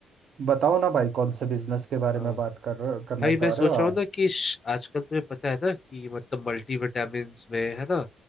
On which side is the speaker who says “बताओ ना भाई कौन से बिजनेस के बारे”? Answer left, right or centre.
Right